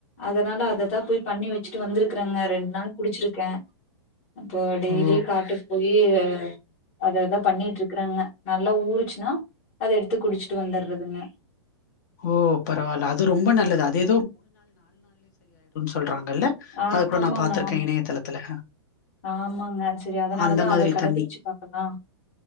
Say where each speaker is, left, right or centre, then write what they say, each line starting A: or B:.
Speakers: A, on the left; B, on the left.
A: அதனால அததா போய் பண்ணி வெச்சுட்டு வந்ருக்காங்க ரெண்டு நாள் குடிச்சிருக்கே அப்போ டெய்லி
B: ஓ
A: காட்டுக்கு போய் இஎ அததா பண்ணிட்டு இருக்றாங்க நல்லா ஊருச்சுனா அத எடுத்து குடிச்சுட்டு வந்தறதுங்க
B: ஓ பரவால அது ரொம்பொ நல்லது சொல்றாங்கல்ல
A: ஆஹ்
B: அது கூட
A: ஆமாங்க
B: நா பாத்திருக்கே
A: ஆம்
B: இணையதளத்துல
A: ஆமாங்க செரி அதனாலதா
B: அந்த மாதிரி
A: அத கடபிட்ச்சு
B: தண்ணி
A: பாக்கலா